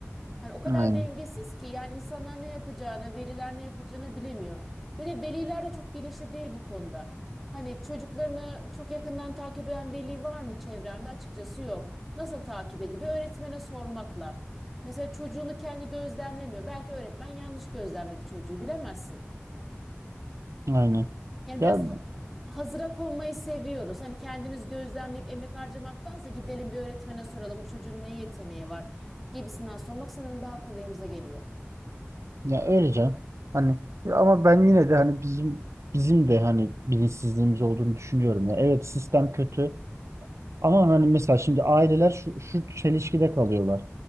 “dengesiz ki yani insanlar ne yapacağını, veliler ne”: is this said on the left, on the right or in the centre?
Centre